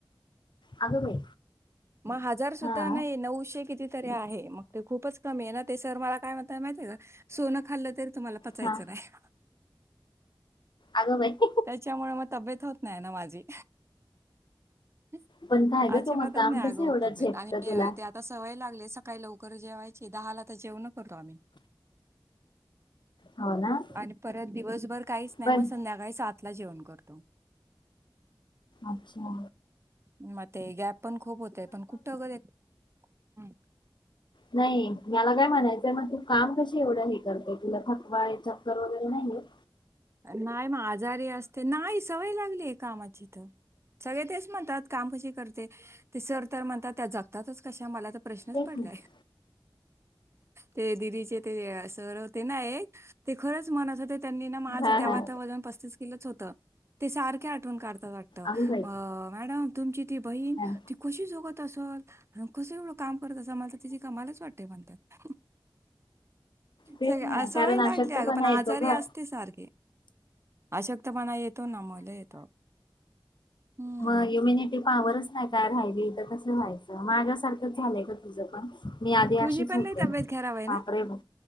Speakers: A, on the left; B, on the right.
A: अगं बाई
B: मग हजार सुद्धा
A: हा
B: नाही नऊशे किती तरी आहे. मग ते खूपच कमी आहे ना, ते सर मला काय म्हणतात माहिती आहे का सोनं खाल्लं तरी तुम्हाला पचायचं
A: हा
B: नाही.
A: अगं बाई
B: त्याच्यामुळे मग तब्येत होत नाही ना माझी. <unintelligible>
A: पण काय
B: अजिबातच
A: ग तू मग काम
B: नाही
A: कसं
B: अगं होत
A: एवढं
B: तब्येत
A: झेपत
B: आणि
A: तुला
B: ते आता सवय लागले. सकाळी लवकर जेवायची दहाला तर जेवण करतो आम्ही.
A: हो ना
B: आणि परत दिवसभर काहीच नाही
A: पण
B: मग संध्याकाळी सातला जेवण. करतो.
A: अच्छा.
B: मग. ते ग्यप. पण खूप होतय पण कुठं गयेत हूं.
A: नाही मला काय म्हणायचंय मग तू काम कशी एवढं हे करते तुला थकवा चक्कर वगैरे नाही येत.
B: नाही मग आजारी असते, नाही सवय लागली कामाची थ सगळे तेच म्हणतात काम कशी करते ते सर तर म्हणतात त्या जपतातच. कशा मलात प्रश्नच
A: तेच
B: पडलाय.
A: ना
B: ते दिदीचे ते सर होते ना एक ते खरंच मनातं होते त्यांनी ना माझ
A: हा
B: तेव्हा
A: हा
B: त वजन पस्तीस किलो च हो ते सारखे आठवून काढ त वाटत अ
A: अगं बाई
B: मॅडम तुमची ते बहीण
A: हा
B: ती कशी जोगत तसं न कसं एंवढं काम? पर तसा मानसाची जी कामालाच वाटते म्हणतात
A: तेच
B: सग
A: ना
B: अ सवय
A: कारण
B: लागली
A: अशक्तपणा
B: अग, पण आजारी
A: येतो ग
B: असते सारखी. अशक्तपणा येतो ना मला येतो. हम्म.
A: म हुमिनिटी. पावरच नाही काय राहिली त कसं जायचं माझ्यासारखंच झालंय ग तुझं मी आधी
B: तुझी
A: अशीच
B: पण
A: होते
B: लई तब्येत
A: बापरे
B: खराब आहे ना?
A: ब